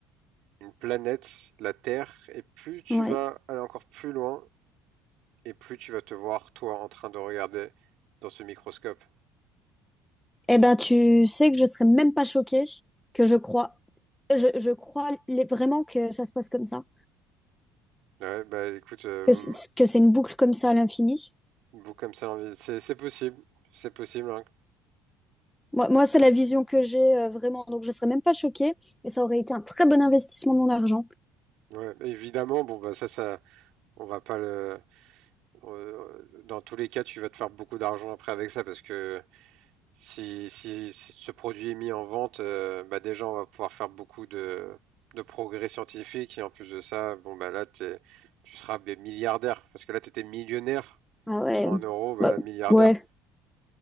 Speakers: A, on the right; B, in the centre.
A: une planète, la Terre. Et plus tu
B: Ouais.
A: vas aller encore plus loin, et plus tu vas te voir, toi, en train de regarder dans ce microscope.
B: Eh ben, tu sais que je serais même pas choquée que je crois Je, je crois les- vraiment que ça se passe comme ça,
A: Ouais, bah écoute, euh,
B: que c'est que c'est une boucle comme ça à l'infini.
A: Vous comme ça, l'envie- c'est c'est possible, c'est possible. hein.
B: Moi, moi
A: Et-
B: c'est la vision que j'ai euh, vraiment, donc je serais même pas choquée et ça aurait été un très bon investissement de mon argent.
A: Ouais, évidemment, bon bah ça, ça, on va pas le. euh, dans tous les cas, tu vas te faire beaucoup d'argent après avec ça parce que si, si, si ce produit est mis en vente, euh, bah déjà on va pouvoir faire beaucoup de de progrès scientifiques et en plus de ça, bon bah là t'es, tu seras bien milliardaire parce que là tu étais millionnaire
B: Ah ouais,
A: en euros, bah
B: Bah,
A: là milliardaire.
B: ouais,